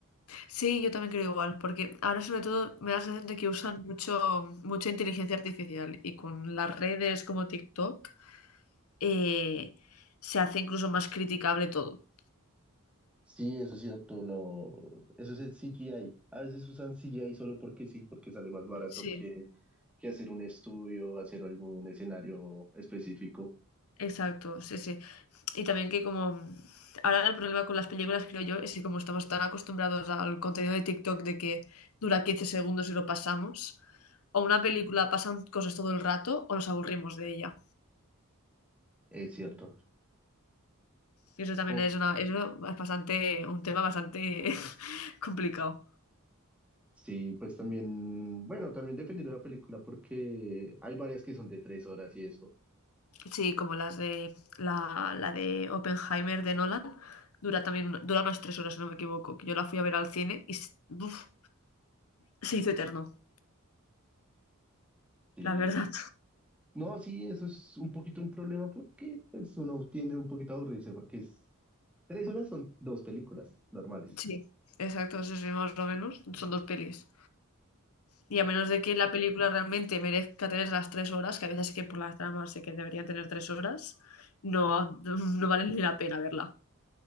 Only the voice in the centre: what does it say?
Sí, eso es cierto, lo... eso es el CGI. A veces usan CGI solo porque sí, porque sale más barato
que, que hacer un estudio, hacer algún escenario específico.
Es cierto.
Es
como-
Sí, pues también, bueno, también dependiendo de la película, porque hay varias que son de tres horas y eso.
Sí.
No, sí, eso es un poquito un problema porque pues, uno tiende un poquito a aburrirse, porque es... tres horas son dos películas normales.